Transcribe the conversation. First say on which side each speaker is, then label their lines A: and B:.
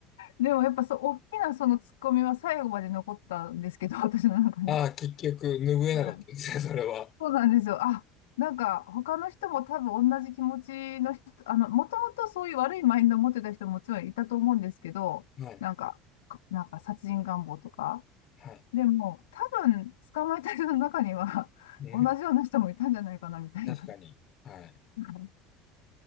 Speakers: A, on the left; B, on the left.
A: でもやっぱそう、大きなそのツッコミは最後まで残ったんですけど、私の中に。
B: ああ、結局、拭えなかったですね、
A: はい。
B: <laughs> それは。
A: そうなんですよ。あ、なんか他の人も多分同じ気持ちの人、あの、もともとそういう悪いマインドを持ってた人ももちろんいたと思うんですけど、
B: はい。
A: なんか、かなんか殺人願望とか。
B: はい。
A: でも、多分捕まえた人の中には <laughs>
B: うん。
A: 同じような人もいたんじゃないかなみたいな、
B: 確かに。
A: は
B: はい。
A: い